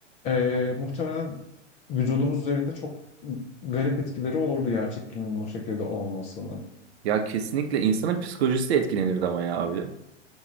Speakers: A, on the left; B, on the right.
A: E, muhtemelen vücudumuz üzerinde çok garip etkileri olurdu yer çekiminin o şekilde olmasının.
B: Ya kesinlikle insanın psikolojisi de etkilenirdi ama ya abi.